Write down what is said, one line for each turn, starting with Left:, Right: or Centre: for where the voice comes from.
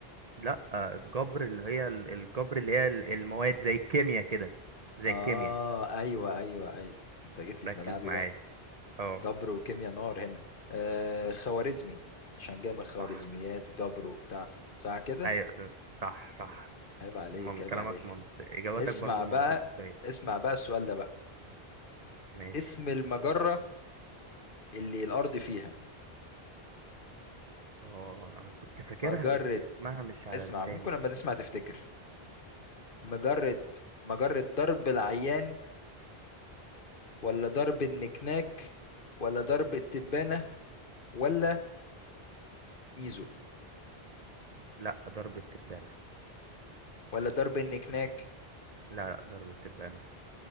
Right: لا آه... الجبر اللي هي ال- الجبر اللي هي ال- المواد زي الكيمياء كده زي
Left: اه
Right: الكيمياء
Left: ايوه ايوه ايوه انت جيت لي في
Right: ركز
Left: ملعبي
Right: معايا
Left: بقى
Right: اه
Left: جبر وكيمياء نار هنا آه خوارزمي عشان جاي من خوارزميات
Right: صح
Left: جبر وبتاع صح كده
Right: ايوه صح صح
Left: عيب عليك
Right: من
Left: عيب
Right: كلامك
Left: عليك
Right: منطق إجاباتك
Left: اسمع
Right: برضو منطقية
Left: بقى اسمع بقى السؤال ده بقى
Right: ماشي
Left: اسم المجرة اللي الأرض فيها
Right: اه انا كنت فاكرها
Left: مجرة
Right: بس اسمها مش على
Left: اسمع
Right: لساني
Left: ممكن لما تسمع تفتكر مجرة مجرة درب العيان ولا درب النكناك ولا درب التبانة ولا ميزو
Right: لا ضرب التبانة
Left: ولا درب النكناك
Right: لا لا ضرب التبانة